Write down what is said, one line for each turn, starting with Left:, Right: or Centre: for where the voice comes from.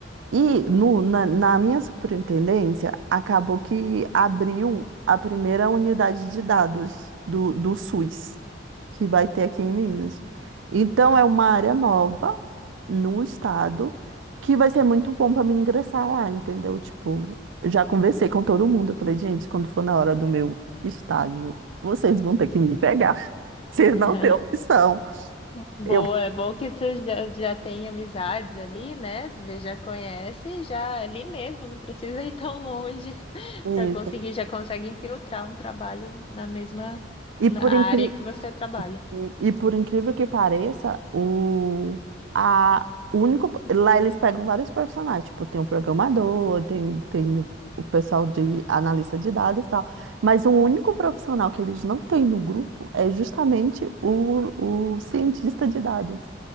Right: E no, na, na minha superintendência, acabou que abriu a primeira unidade de dados do, do SUS que vai ter aqui em Minas. Então, é uma área nova no estado que vai ser muito bom para mim ingressar lá, entendeu? Tipo, já conversei com todo mundo. Eu falei, gente, quando for na hora do meu estágio, vocês vão ter que me pegar. <laughs> Vocês
Left: <laughs>
Right: não têm opção.
Left: Boa,
Right: Eu,
Left: é bom que você já, já tem amizades ali, né? Você já conhece, já ali mesmo, não precisa ir tão longe <laughs>
Right: isso.
Left: para conseguir, já consegue infiltrar um trabalho na mesma na
Right: E por
Left: área
Right: incrível
Left: que você trabalha.
Right: E, e por incrível que pareça, o, a, o único. Lá eles pegam vários personagens, tipo, tem o programador, tem, tem o, o pessoal de analista de dados e tal. Mas o único profissional que eles não têm no grupo é justamente o, o cientista de dados.